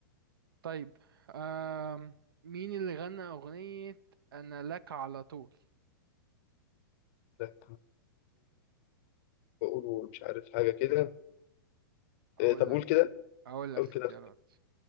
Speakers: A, on the right (about 80°); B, on the left (about 40°).
A: طيب آم... مين اللي غنى أغنية أنا لك على طول
B: ده بقولوا مش عارف حاجة كده
A: أقول
B: إيه، طب قول
A: لك
B: كده
A: أقول لك
B: قول
A: اختيارات
B: كده